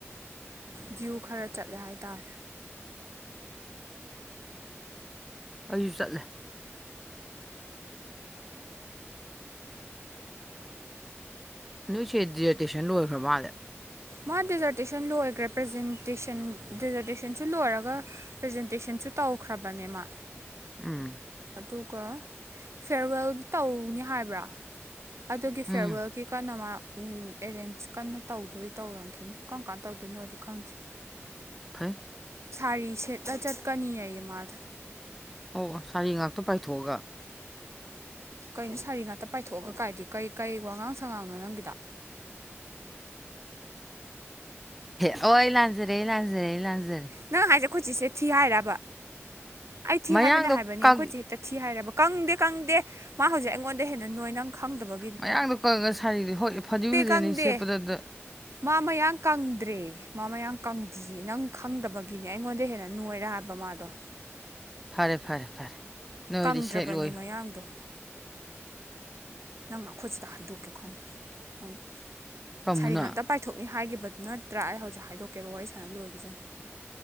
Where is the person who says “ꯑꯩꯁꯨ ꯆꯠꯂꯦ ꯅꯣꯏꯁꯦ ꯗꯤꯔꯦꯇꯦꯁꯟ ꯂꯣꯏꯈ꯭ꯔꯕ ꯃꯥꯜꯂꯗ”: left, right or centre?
Centre